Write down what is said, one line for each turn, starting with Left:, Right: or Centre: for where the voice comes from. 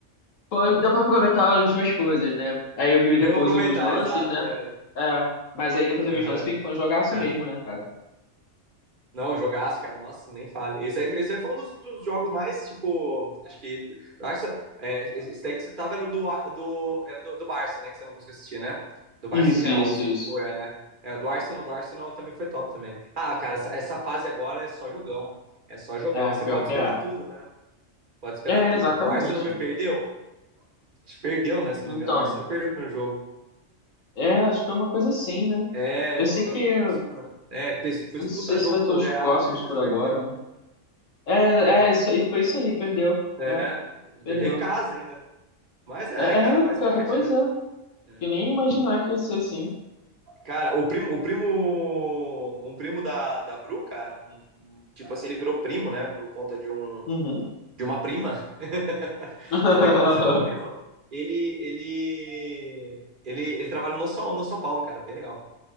Left: Pô, Deu pra aproveitar as duas coisas, né? Aí eu vi
Right: Deu
Left: depois
Right: pra aproveitar,
Left: os lances,
Right: exato.
Left: né?
Right: É.
Left: É, mas aí depois eu
Right: Aham,
Left: vi os lances, fica- foi um jogaço
Right: Cara,
Left: mesmo, né, cara?
Right: não, jogaço, cara. Nossa, nem fale. Esse aí, esse aí foi um dos, dos jogos mais, tipo, acho que. Barça, é, esse daí que você tava era o do, do, era do, do Barça, né? Que você não conseguiu assistir, né? Do Barça
Left: Isso,
Right: e Real,
Left: isso,
Right: você
Left: isso.
Right: foi, é, né? É, o do Arsenal, do Arsenal também foi top também. Ah, cara, essa, essa fase agora é só jogão. É só jogão.
Left: É,
Right: E você
Left: pior
Right: pode
Left: que
Right: esperar
Left: é.
Right: tudo, né? Pode esperar
Left: É,
Right: tudo.
Left: exatamente.
Right: O Arsenal me perdeu? Acho que Perdeu, né? Se eu não
Left: Então,
Right: me engano, o Arsenal perdeu o primeiro jogo.
Left: é, acho que foi uma coisa assim, né?
Right: É,
Left: Eu
Right: eu
Left: sei
Right: não- agora
Left: que, eu
Right: eu não consigo. lembrar. É, fez, fez
Left: não
Right: um
Left: sei
Right: puta
Left: se
Right: jogo
Left: vai ter
Right: com
Left: os
Right: o Real
Left: próximos
Right: e depois
Left: por
Right: perdeu.
Left: agora, né? É,
Right: Então,
Left: é, isso, aí- foi isso aí, perdeu.
Right: é,
Left: É,
Right: e
Left: perdeu.
Right: perdeu em casa ainda. Mas é,
Left: É, é,
Right: cara, faz
Left: cara,
Right: parte,
Left: pois
Right: né?
Left: é.
Right: É.
Left: Que nem imaginar que ia ser assim.
Right: Cara, o primo, o primo, um primo da, da Bru, cara, um- um- tipo assim, ele virou primo, né? Por conta de um,
Left: Uhum.
Right: de uma prima. <laughs>
Left: <laughs>
Right: Ele acabou sendo primo. Ele, ele, ele, ele trabalha no São, no São Paulo, cara, bem legal.